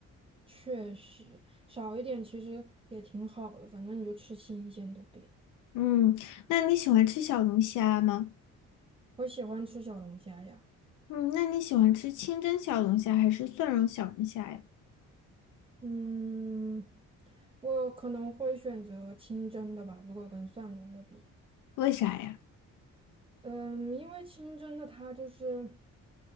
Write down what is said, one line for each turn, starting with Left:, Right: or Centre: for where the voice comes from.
Right: 确实少一点其实也挺好的，反正你就吃新鲜的呗。
Left: 嗯，那你喜欢吃小龙虾吗？
Right: 我喜欢吃小龙虾呀。
Left: 嗯，那你喜欢吃清蒸小龙虾还是蒜蓉小龙虾呀？
Right: 嗯，我可能会选择清蒸的吧，如果跟蒜蓉的比，
Left: 为啥呀？
Right: 嗯，因为清蒸的它就是